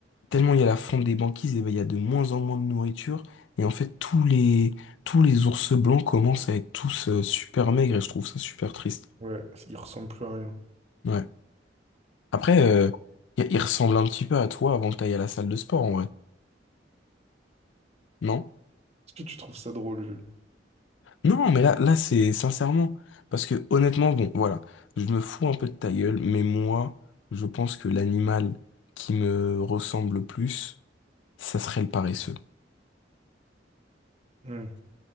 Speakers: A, on the left; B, on the right.
A: tellement il y a la fonte des banquises, et ben, il y a de moins en moins de nourriture. Et en fait, tous les tous les ours blancs commencent à être tous euh, super maigres, et je trouve ça super triste.
B: Ouais, il ressemble plus à rien.
A: Ouais. Après, euh, il il ressemble un petit peu à toi avant que tu ailles à la salle de sport, en vrai. Non?
B: Est-ce que tu trouves ça drôle, Jules?
A: Non, mais là, là, c'est sincèrement. Parce que honnêtement, bon, voilà, je me fous un peu de ta gueule, mais moi, je pense que l'animal qui me ressemble le plus, ça serait le paresseux.
B: Hmm.